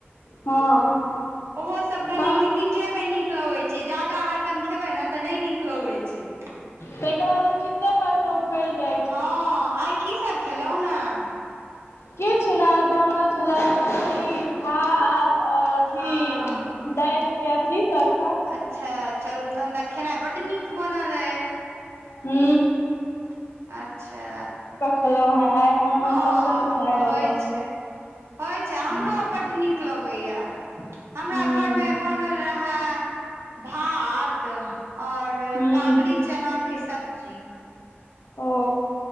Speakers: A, on the left (about 80°); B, on the right (about 75°).
A: हँ
B: ओहो सब कनी
A: तहन
B: लिमिटे मे नीक लगैत छै। जादा हरदम खेबै ने तऽ नहि नीक लगैत छै। <inaudible>
A: ताहिके बाद ओ चित्तेपरसँ उखाड़ि जाइ छै।
B: हँ आइ की सब खेलौं हं
A: किछु नहि बनल छलै अथी भात आओर अथी
B: हँ
A: दालिके अथी तड़का
B: अच्छा चलू तहन तऽ खेनाइ बड्ड नीक बनल अइ
A: हू
B: <unintelligible> अच्छा
A: खेलहुँ हेँ आइ हमर
B: हँ
A: मनपसन्द खेनाइ
B: होइ
A: बनल छलै
B: छै। होइ छै
A: हूँ
B: हमरो बड नीक लगैया हमरा
A: हूँ
B: घरमे बनल रहए भात आओर
A: हूँ
B: कावली चनाके सब्जी
A: ओ